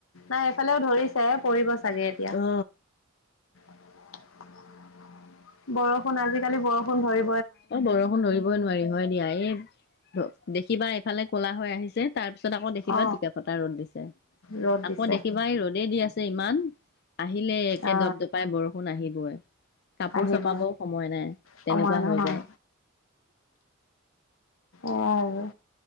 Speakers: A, on the left; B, on the left.
A: নাই এফালেও ধৰিছে, পৰিব ছা চাগে এতিয়া।
B: অ
A: উ <unintelligible> বৰষুণ আজি-কালিৰ বৰষুণ ধৰি
B: অ', বৰষুণ ধৰিবই নোৱাৰি হয় দিয়া, এই দেখিবা এইফালে কলা হৈ আহিছে তাৰ পিছত আকৌ দেখিবা
A: অ
B: টিক ফতা ৰ'দ দিছে,
A: ৰ'দ দিছে
B: আকৌ দেখিবা এই ৰ'দেই দি আছে ছে ইমান আহিলে একে
A: অ
B: ডপ-ডপাই বৰষুণ আহিবই, কাপোৰ
A: আহিব
B: চপাবও সময় নাই
A: সময়
B: তেনেকুৱা
A: নহয়
B: হয়। যে'
A: এ